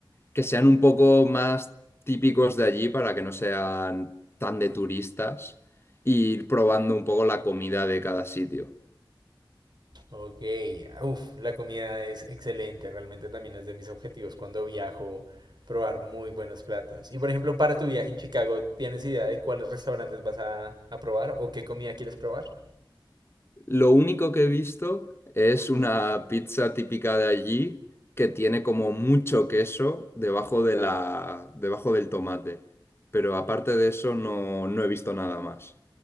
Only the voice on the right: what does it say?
Ok, uff, la comida es excelente, realmente también es de mis objetivos cuando viajo, probar muy buenos platos. Y por ejemplo, para tu viaje en Chicago, ¿tienes idea de cuáles restaurantes vas a, a probar o qué comida quieres probar?